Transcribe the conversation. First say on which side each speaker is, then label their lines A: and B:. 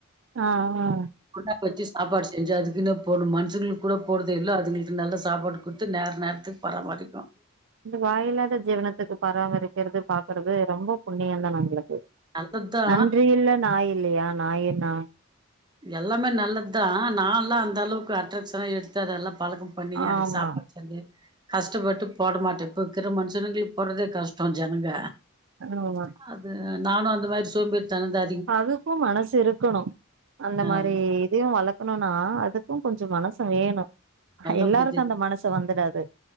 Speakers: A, on the right (about 60°); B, on the right (about 20°).
A: ஆ ஆ
B: குண்டால வச்சு சாப்பாடு செஞ்சு அதுக்குன்னு போணும் மனுஷங்களுக்கு கூட போடுதே இல்லை அதுங்களுக்கு நல்ல சாப்பாடு குத்து நேர நேரத்துக்கு பராமரிக்கும்
A: இந்த வாயிலாத ஜீவனத்துக்கு பராமரிக்கறது பாக்குறது ரொம்ப புண்ணியம் தா நம்மளுக்கு
B: நல்லதுதா
A: நன்றியுள்ள நாய் இல்லயா நாய்னா
B: எல்லாமே நல்லது தா நாலாம் அந்த அளவுக்கு அட்ராக்ஷனா எடுத்து அதல்லாம் பழக்கம் பண்ணி அதுக்கு
A: ஆமா
B: சாப்பாடு ச்சு கஷ்டப்பட்டு போட மாட்டேன் இப்போ இருக்கற மனுஷனுங்களுக்கு போடுறதே கஷ்டம் ஜனங்க
A: ஆமா
B: அது நானு அந்த மாரி சோம்பேரி தனம் தா
A: அகுக்கும் மனசு இருக்கணு அந்த மாரி
B: ஆமா
A: இதயும் வளக்கணும்னா அது க்கும் கொஞ்ச மனசு வேணும்
B: நல்ல
A: எல்லாருக்கும்
B: புத்தி
A: அந்த மனசு வந்துடாது